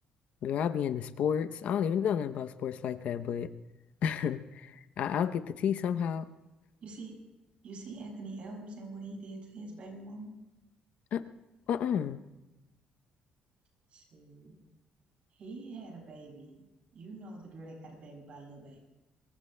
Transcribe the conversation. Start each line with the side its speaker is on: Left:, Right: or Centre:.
Left: Girl, I'll be into sports. I don't even know nothing about sports like that, but <laughs> I, I'll get the tea somehow.
Right: you see, you see Anthony Edwards and what he did to his baby mama.
Left: Uh, uh-uh.
Right: See, he had a baby. You know the girl that got a baby by Lil Baby.